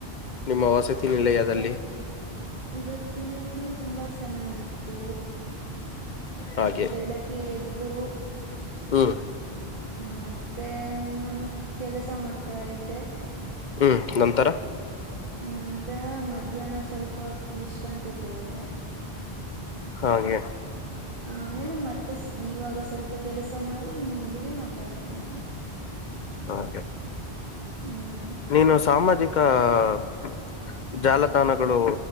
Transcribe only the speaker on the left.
ನಿಮ್ಮ ವಸತಿ ನಿಲಯದಲ್ಲಿ.
ಹಾಗೆ
ಹ್ಮ್
ಹ್ಮ್ ನಂತರ
ಹಾಗೆ.
ಹಾಗೆ.
ನೀನು ಸಾಮಾಜಿಕ <inaudible> ಜಾಲ ಥಾನಗಳು